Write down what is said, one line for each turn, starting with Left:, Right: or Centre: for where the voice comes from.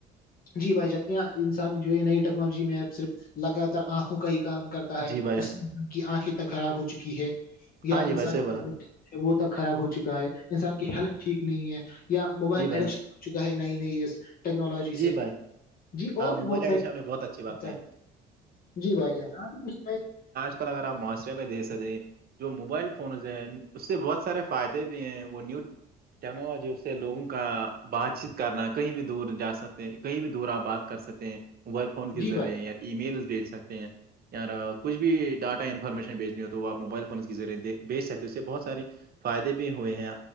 Left: جی بھائی جان یہاں انسان جو ہے نئی ٹیکنالوجی میں آپ صرف لگاتار آنکھوں کا ہی کام کر ہے
Right: جی بھائی
Left: اس
Right: جان
Left: سے ان کی آنکھیں تک خراب ہو چکی ہے یا
Right: ہاں جی
Left: انسان
Right: بھائی صحیح بولا
Left: وہ تو خراب ہو چکا ہے انسان کی ہیلتھ ٹھیک نہیں ہے یا موبائل
Right: جی بھائی
Left: ایڈکشن چکا ہے نئی نئی اس ٹیکنالوجی
Right: جی
Left: سے
Right: بھائی
Left: جی
Right: ہاں
Left: اور بھی
Right: موبائل
Left: بہت
Right: ایڈکشن
Left: سارے نقص
Right: آپ نے بہت اچھی بات کہی
Left: جی بھائی جان آپ بھی کچھ
Right: لیر آپ معاشرے میں دے سکتے ہیں جو موبائل فونز ہے اس سے بہت سارے فائدے بھی ہیں وہ نیو ٹیکنالوجی اس سے لوگوں کا بات چیت کرنا کہیں بھی دور جا سکتے ہیں کہیں بھی دور آپ بات کر سکتے ہیں موبائل فون کے
Left: جی
Right: ذریعے
Left: بھائی جان
Right: یا ای میلز بھیج سکتے ہیں یار کچھ بھی ڈاٹا انفارمیشن بیچنی ہو تو وہ آپ موبائل فونس کے ذریعے بیچ سکتے ہو اس سے بہت ساری فائدے بھی ہوئے ہیں